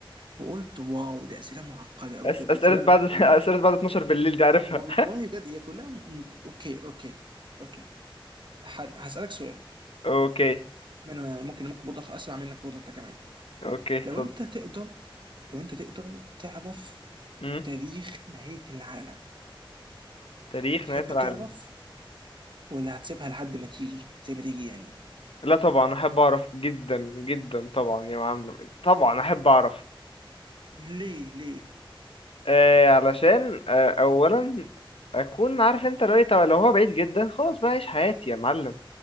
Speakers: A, on the right; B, on the left.
A: وقلت واو دي اسئله معقده قوي
B: أس
A: بجد
B: أسئلة
A: وفعلا
B: بعد
A: م-
B: <laughs> أسئلة بعد 12 بالليل دي عارفها
A: والله بجد هي كلها م- م- اوكي اوكي اوكي ه- هسالك سؤال
B: اوكي
A: من ممكن ممكن برضه اسمع منك برضه انت كمان
B: اوكي اتفضل
A: لو انت تقدر لو انت تقدر تعرف
B: مم.
A: تاريخ نهاية العالم
B: تاريخ
A: تحب
B: نهاية العالم
A: تعرف ولا هتسيبها لحد ما تيجي زي ما تيجي يعني
B: لا طبعا احب اعرف جدا جدا طبعا يا معلم طبعا احب اعرف
A: ليه ليه
B: آه علشان آه اولا اكون عارف انت لو إيه، لو هو بعيد جدا خلاص بقى عيش حياتي يا معلم